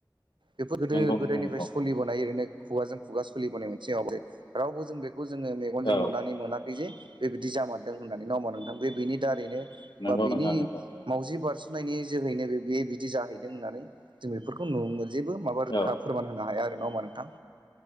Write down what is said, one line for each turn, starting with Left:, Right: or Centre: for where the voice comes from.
Right: बेफोर गोदो
Left: नंगौ
Right: गोदायनिफ्राय
Left: नोंथां नंगौ
Right: सोलिबोनाय ओरैनो खुगाजों खुगा सोलिबोनाय मोनसे रावबो जों बे बेखौ जोङो मेगनजों
Left: औ
Right: नुनानै मोनाखै जे बेबायदि जामारदों होननानै नबा नोंथां बे बेनि दारैनो
Left: नंगौ
Right: बा बेनि
Left: नोंथां नंगौ
Right: मावजि बारसनायनि जोहैनो बे बे बिदि जाहैदों दों होननानै जों बेफोरखौ नु जेबो माबा रोखा
Left: औ
Right: फोरमान होनो हाया आरो ना हा नोंथां